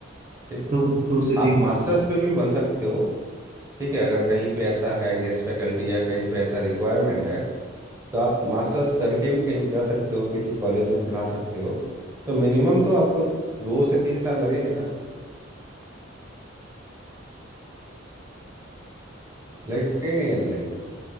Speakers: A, on the right (about 15°); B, on the right (about 35°).
A: ठीक है
B: दो दो से
A: आप
B: तीन
A: मास्टर्स
B: साल तक
A: पे भी बन सकते हो ठीक है अगर कहीं पे ऐसा है गेस्ट फैकल्टी या कहीं पे ऐसा रिक्वायरमेंट है तो आप मास्टर्स करके भी कहीं जा सकते हो किसी कॉलेज में पढ़ा सकते हो तो मिनिमम तो आपको दो से तीन साल लगेंगे ना लगेंगे या नहीं लगेंगे